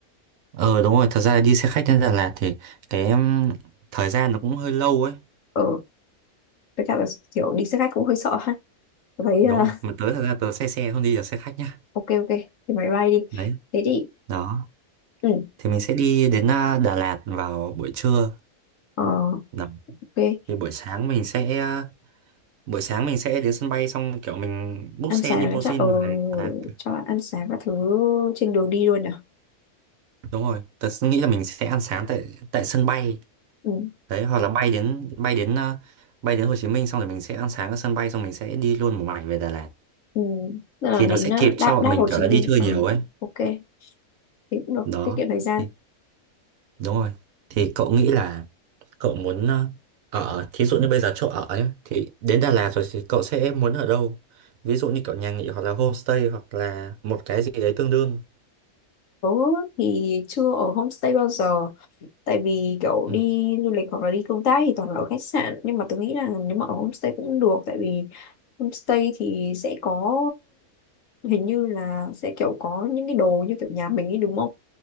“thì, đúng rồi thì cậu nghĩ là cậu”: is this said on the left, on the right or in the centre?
Right